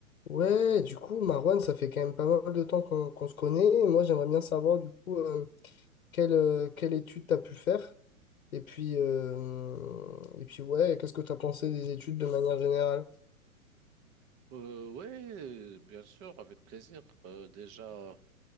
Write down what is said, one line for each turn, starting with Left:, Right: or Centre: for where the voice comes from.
Left: Ouais, du coup, Marwan, ça fait quand même pas mal de temps qu'on qu'on se connaît. Et moi, j'aimerais bien savoir, du coup, euh, quelle, euh, quelle étude tu as pu faire. Et puis, euh, et puis ouais, qu'est-ce que tu as pensé des études de manière générale?
Right: Euh, ouais, bien sûr, avec plaisir. Euh, déjà,